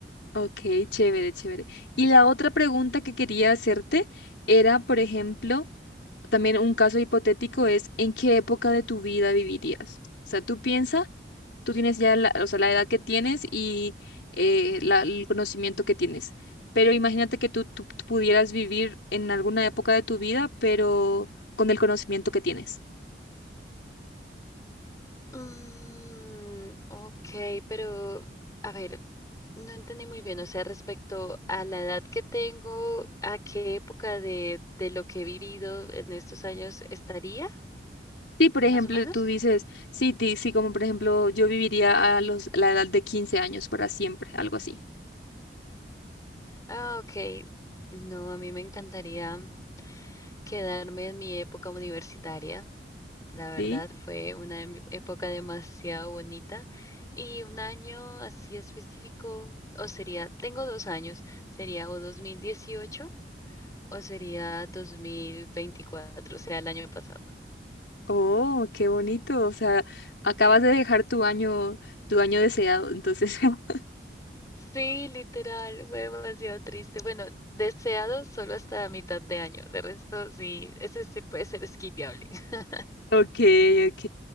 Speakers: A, on the left; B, on the left.
A: ok, chévere, chévere. Y la otra pregunta que quería hacerte era, por ejemplo, también un caso hipotético es, ¿en qué época de tu vida vivirías? O sea, tú piensas tú tienes ya la, o sea, la edad que tienes y eh, la- el conocimiento que tienes. Pero imagínate que tú, tú pudieras vivir en alguna época de tu vida, pero con el conocimiento que tienes.
B: Mm, ok, pero a ver, no entendí muy bien, o sea, respecto a la edad que tengo, ¿a qué época de, de lo que he vivido en estos años estaría,
A: Sí, por
B: más
A: ejemplo,
B: o menos?
A: tú dices, sí, ti- sí, como por ejemplo, yo viviría a los, la edad de 15 años para siempre, algo así,
B: Ah, ok. No, a mí me encantaría quedarme en mi época universitaria. La verdad
A: ¿sí?
B: fue una em- época demasiado bonita y un año así específico, o sería, tengo dos años, sería o 2018 o sería 2024, o sea, el año pasado.
A: Oh, qué bonito, o sea, acabas de dejar tu año, tu año deseado, entonces. <laughs>
B: Sí, literal, fue demasiado triste. Bueno, deseado solo hasta mitad de año, de resto sí, ese sí puede ser skipiable. <laughs>
A: Ok, ok,